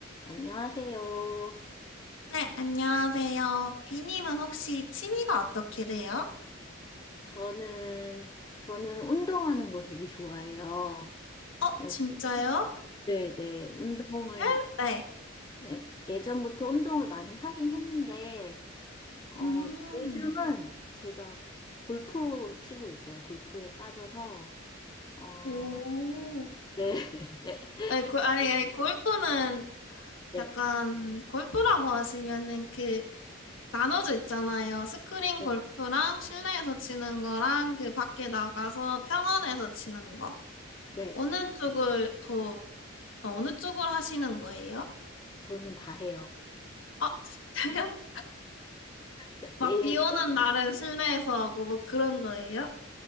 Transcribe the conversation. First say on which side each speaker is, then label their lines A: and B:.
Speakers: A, on the left; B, on the left.
A: 안녕하세요.
B: 네, 안녕하세요. 비님은 혹시 취미가 어떻게 돼요?
A: 저는, 저는 운동하는 거 되게 좋아해요.
B: 어,
A: 그래서-
B: 진짜요?
A: 네, 네. 운동을,
B: 헬? 네.
A: 네, 예전부터 운동을 많이 하긴 했는데, 어,
B: 음,
A: 요즘은 제가 골프 치고 있어요. 골프에 빠져서, 어,
B: 오.
A: 네, <laughs>
B: 아니, 고, 아니, 아니, 골프는
A: 네,
B: 약간, 골프라고 하시면은 그, 나눠져 있잖아요. 스크린
A: 네,
B: 골프랑 실내에서 치는 거랑 그 밖에 나가서 평원에서 치는 거.
A: 네.
B: 어느 쪽을 더, 어, 어느 쪽을 하시는 거예요?
A: 저는 다 해요.
B: 어, 진짜요? <laughs>
A: 그러니까
B: 막
A: 예,
B: 비 오는 날은 실내에서 하고 뭐 그런 거예요?